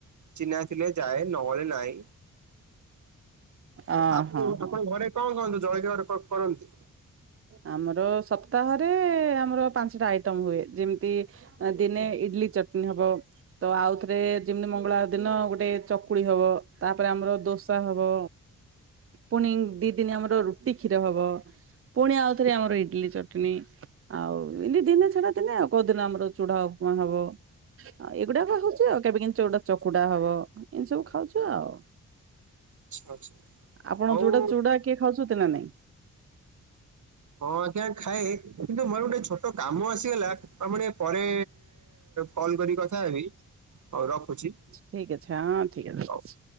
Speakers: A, on the right (about 60°); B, on the right (about 40°).
A: ଚିହ୍ନା ଥିଲେ ଯାଏ ନହେଲେ ନାହ।
B: ଅ
A: ଆଉ
B: ହଁ ହଁ
A: ଆପଣ ଘରେ କଣ <unintelligible> ଜଳିଖିଆ କ କରନ୍ତି?
B: ଆମର ସପ୍ତାହରେ ଆମର ପାଞ୍ଚଟା ଆଇଟମ ହୁଏ ଯେମିତି ଆ ଦିନେ ଇଟିଲି ଚଟଣୀ ହବ। ତ ଆଉଥିରେ ଯେମିତି ମଙ୍ଗଳବାର ଦିନ ଗୋଟେ ଚକୁଳି ହବ ତାପରେ ଆମର ଦୋସା ହବ। ପୁଣି ଦି ଦିନି ଆମର ରୁଟି କ୍ଷୀର ହବ। ପୁଣି ଆଉ ଥରେ ଆମର ଇଡ଼ଲି ଚଟଣୀ ଆଉ ଏନ୍ତି ଦିନେ ଛଡ଼ା ଦିନେ ଆଉ କୋଉ ଦିନ ଆମର ଚୁଡ଼ା ଉପମା ହବ‌‌। ଆଉ ଏଗୁଡ଼ାକ ହଉଚି ଆଉ କେବେ କେନ୍ତି ଚୁଡ଼ା ଚକୁଡ଼ା ହବ। ଏମିତି ସବୁ ଖାଉଚୁ ଆଉ।
A: ଆଚ୍ଛା ଆଚ୍ଛା।
B: ଆପଣ
A: ହଉ
B: ଯୋଡ଼ା ଚୁଡ଼ା କିଏ ଖାଉଛନ୍ତି ନାଁ ନାଇଁ?
A: ହଁ ଆଜ୍ଞା ଖାଏ କି ଦୁ ମୋର ଗୋଟେ ଛୋଟ କାମ ଆସିଗଲା ତ ମୁଁ ଟିଏ ପରେ କଲ୍ କରିକି କଥା ହେବି ହଉ ରଖୁଛି।
B: ଠିକ୍ ଅଛ ହଁ ଠିକ୍ ଅଛି ରହୁଚି।
A: ହଉ।